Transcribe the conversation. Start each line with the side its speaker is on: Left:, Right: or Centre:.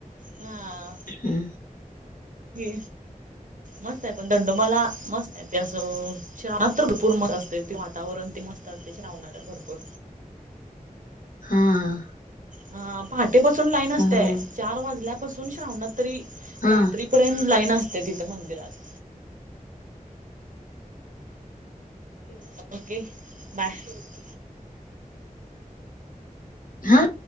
Right: हा आ
Left: हा
Right: हे मस्त आहे पण दंडोबाला मस्त आहे. ते असं श्रावणात तर भरपूर मस्त असते ते वातावरण ते मस्त असते श्रावणात तर भरपूर
Left: हा हा आ
Right: हा अ पहाटेपासून लाईन असतेय
Left: हा
Right: चार वाजल्यापासून श्रावणात तरी
Left: हा
Right: रात्री. पर्यंत लाईन असते तिथं मंदिरात. अ ओके बाय ह्म्म
Left: आ..